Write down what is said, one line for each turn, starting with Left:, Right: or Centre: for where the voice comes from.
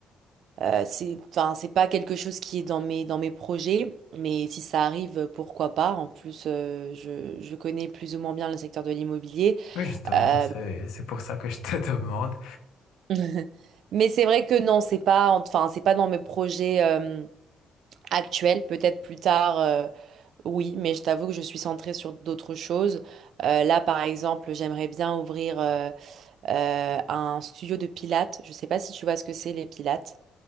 Right: Euh, c'est, enfin, c'est pas quelque chose qui est dans mes, dans mes projets, mais si ça arrive, pourquoi pas. En plus, euh, je, je connais plus ou moins bien le secteur de l'immobilier.
Left: Oui, justement,
Right: Euh,
Left: c'est, c'est pour ça que je te <laughs> demande.
Right: <laughs> mais c'est vrai que non, c'est pas, enfin, c'est pas dans mes projets, euh, actuels. Peut-être plus tard, euh, oui, mais je t'avoue que je suis centrée sur d'autres choses. Euh, là, par exemple, j'aimerais bien ouvrir, euh, euh, un studio de pilates. Je sais pas si tu vois ce que c'est, les pilates.